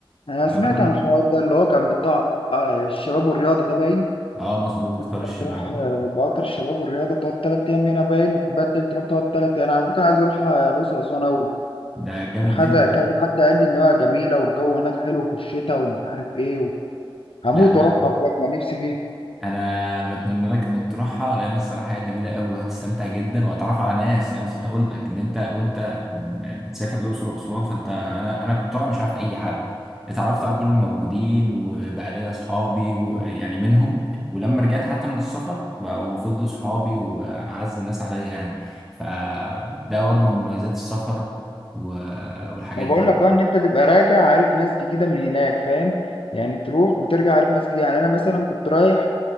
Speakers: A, on the left (about 75°); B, in the centre.
A: أنا
B: آه،
A: سمعت
B: كنا
A: عن الحوار ده اللي هو كان بتاع آه، الشباب والرياضة ده باين
B: اه مظبوط
A: اللي
B: قطار الشباب
A: هو تروح
B: والله
A: آه، بقطر الشباب والرياضة تقعد تلات أيام هنا باين وتبدل تروح تقعد تلات أيام أنا على فكرة عايز أروح آه، الأقصر وأسوان أوي
B: ده جامد
A: كان حد
B: جدا
A: كذا حد قال لي إن هو جميلة والجو هناك حلو في الشتاء ومش عارف إيه هموت
B: لا انا
A: واروحها بجد يعني نفسي فيها
B: انا بتمنى لك انك تروحها لان الصراحه هي جميله قوي وهتستمتع جدا وهتعرف على ناس انا نسيت اقول لك ان انت وانت م- بتسافر الاقصر واسوان فانت انا انا كنت طالع مش عارف اي حد اتعرفت على كل الموجودين وبقى ليا اصحابي ويعني منهم ولما رجعت حتى من السفر بقوا فضلوا صحابي واعز الناس عليا يعني فده برضو من مميزات السفر و- والحاجات
A: ما بقول
B: دي
A: لك آه، ان انت تبقى راجع عارف ناس جديده من هناك فاهم يعني تروح وترجع عارف ناس جديده يعني انا مثلا كنت رايح